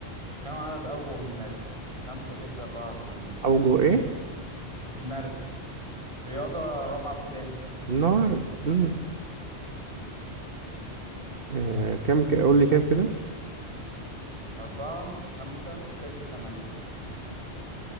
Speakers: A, on the right (about 25°); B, on the right (about 55°).
A: كم عدد اوجه النرد خمسة ستة أربعة تمانية
B: أوجه إيه
A: النرد رياضة رابعة ابتدائي
B: النار مم. آه كم ك... قول لي كام كده
A: أربعة خمسة ستة تمانية